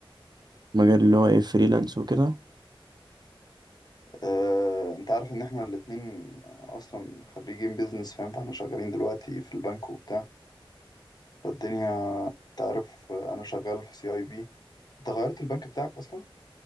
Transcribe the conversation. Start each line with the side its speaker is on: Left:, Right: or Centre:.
Right: مجال اللي هو ايه فريلانس وكده
Left: آه، انت عارف ان احنا الاتنين اصلا خريجين بيزنس فاهم فاحنا شغالين دلوقتي في البنك وبتاع فالدنيا انت عارف آه، انا شغال في سي اي بي انت غيرت البنك بتاعك اصلا